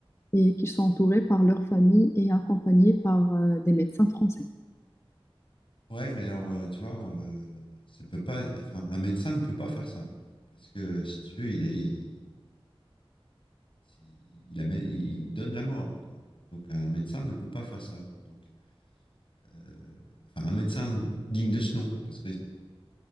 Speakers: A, on the left; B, on the left.
A: et qu'ils sont entourés par leur famille et accompagnés par euh, des médecins français.
B: Ouais, mais alors, euh, tu vois, euh, ça peut pas, enfin, un médecin ne peut pas faire ça. Parce que, si tu veux, il, est- il, c'est- il amène- il donne la mort, quoi. Donc, un médecin ne peut pas faire ça. Donc, euh, enfin, un médecin digne de ce nom. Parce que,